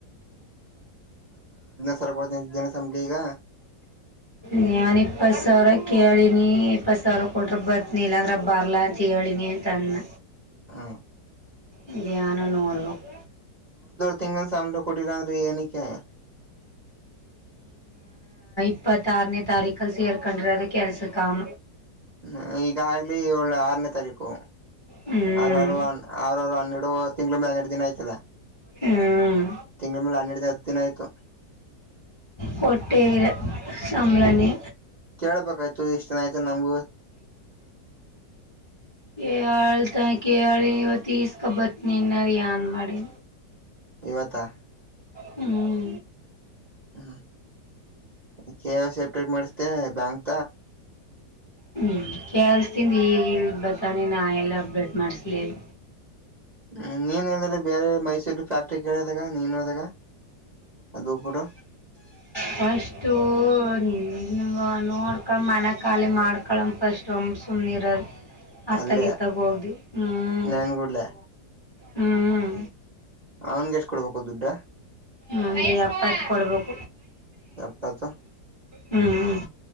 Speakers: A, on the right; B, on the left.
A: ಕೊಡ್ತೇನ ಸಂಬ್ಳಿ ಈಗ
B: ನಾನ್ ಇಪ್ಪತ್ ಸಾವಿರ ಕೇಳಿನಿ ಇಪ್ಪತ್ ಸಾವಿರ ಕೊಟ್ರ ಬತನಿ ಇಲ್ಲಾಂದ್ರ ಬರ್ಲಾ ಅಂತ ಹೇಳಿ. ಳಿನ ತನ್ನ
A: ಹ್ಮ
B: ಧ್ಯಧ್ಯಾನ ನೋಡ್ಬೇಕು.
A: ತಿಂಗಗಳ ಸಾಮನ ಕೊಟ್ಟಿರಂದ ರೀ ಎನಕ್ಕೆ.
B: ಇಪ್ಪತ್ತ ಆಾರನೇ ತಾರೀಕಲ್ಲಿ ಸೇರ್ಕೊಂಡ್ರದ ಕೆಲ್ಸಕಾಮ.
A: ಹ್ಮ ಈಗ ಆಗ್ಲಿ ಒಳ್ಳ ಆರನೇ ತಾರೀಕು
B: ಹ್ಮ್
A: ಆರ ಆರರು ಹನ್ನೆರಡು. ತಿಂಗಳುಳಂದ ಹೆರಡು ದಿನ ಆಯ್ತಲ್ಲ.
B: ಹ್ಮ್
A: ತಿಂಗಳ ಮೇಲೆ ಹನ್ನೆರಡ ದ ಹತ್ತು ದಿನ ಆಯ್ತು.
B: ಹೋಟೆ ಸಾಮಲಾನ.
A: ಕೇಳ್ಬೇಕಾಯ್ತು ಇಷ್ಟು ಆಯ್ತು ನಮ್ಗೆ.
B: ಕ ಹಳ್ತ ಕೇಳ ಇವತ್ತು. ತಸ್ಕಬತ್ ನೀನ್ನ ಏನ್ ಮಾಡಿ.
A: ಇವತ್ತಾ.
B: ಹ್ಮ್.
A: ಹ್ಮ್ ಸೆಪ್ರೇಟ್ ಮಾಡಿಸತೆೇ ಬ್ಯಾಂಕ್.
B: ಹ್ಮ್ ಕಲ್ಸತನ್ ಈಗ ಇಲ್ ಬತಾನನ್ ಎಲ್ಲ ಅಪ್ಡೇಟ್ ಮಾಡಸ್ಲಿಲ್.
A: ಹ್ಮ್ ನೀನ್ ಎಲ್ಲ್ರ ಬೇರೆ ಮೈಸೂರ್ ಫ್ಯಾಕ್ಟ್ರಿ ಕೇಳದಾಗ ನೀನ್ ಹೋದಾಗ. ಅದು ಬಿಡು
B: ಫಸ್ಟ್ ಹ್ಮ ನೋಡ್ಕೊಳ ಮನೆ ಖಾಲಿ ಮಾಡ್ಕಳ ಫಸ್ಟ್ ಒ ಸುಮ್ನೆ ಇರದು. ಆ
A: ಅಲ್ಲೇ
B: ತಗಿ ತಗ ಹೋಗ್ದು ಹ್ಮ್
A: ನನ್ಗುಡ್ಲೆ
B: ಹ್ಮ್.
A: ಅವನ್ಗೆ ಎಷ್ಟ್ ಕೊಡ್ಬೇಕು ದುಡ್ಡ
B: ಹ ಅಪತ್ ಕೊಡ್ಬೇಕ.
A: ಎಪ್ಪತ್ತು.
B: ಹ್ಮ್ ಹ್ಮ.